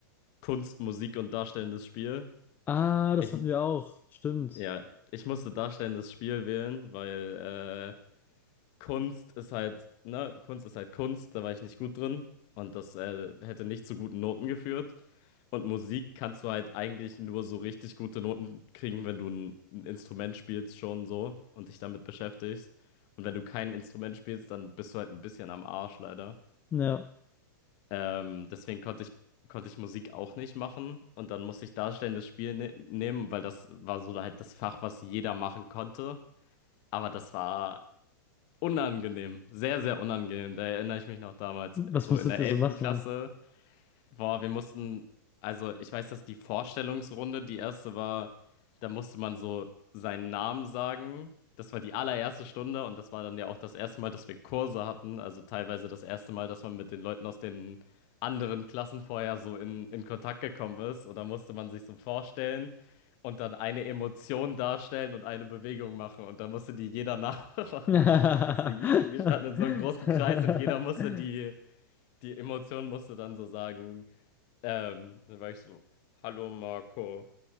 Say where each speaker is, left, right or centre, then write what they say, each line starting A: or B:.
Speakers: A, on the left; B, on the left.
A: Kunst, Musik und darstellendes Spiel.
B: Ah, das
A: Ich,
B: hatten wir auch. Stimmt.
A: ja, ich musste darstellendes Spiel wählen, weil äh, Kunst ist halt, ne, Kunst ist halt Kunst, da war ich nicht gut drin und das äh, hätte nicht zu guten Noten geführt. Und Musik kannst du halt eigentlich nur so richtig gute Noten kriegen, wenn du ein, ein Instrument spielst schon so und dich damit beschäftigst. Und wenn du kein Instrument spielst, dann bist du halt ein bisschen am Arsch leider.
B: Ja.
A: Ähm, deswegen konnte ich, konnte ich Musik auch nicht machen. Und dann musste ich darstellendes Spiel ne nehmen, weil das war so halt das Fach, was jeder machen konnte. Aber das war unangenehm, sehr, sehr unangenehm. Da erinnere ich mich noch damals,
B: Was
A: so
B: musstet
A: in der
B: ihr
A: elften
B: so machen?
A: Klasse. Boah, wir mussten, also ich weiß, dass die Vorstellungsrunde, die erste war, da musste man so seinen Namen sagen. Das war die allererste Stunde und das war dann ja auch das erste Mal, dass wir Kurse hatten. Also teilweise das erste Mal, dass man mit den Leuten aus den anderen Klassen vorher so in, in Kontakt gekommen ist. Und da musste man sich so vorstellen und dann eine Emotion darstellen und eine Bewegung machen. Und da musste die jeder nachmachen.
B: <laughs>
A: <laughs> Musste, je- wir standen in so einem großen Kreis und jeder musste die, die Emotion musste dann so sagen. Ähm, dann war ich so, Hallo Marco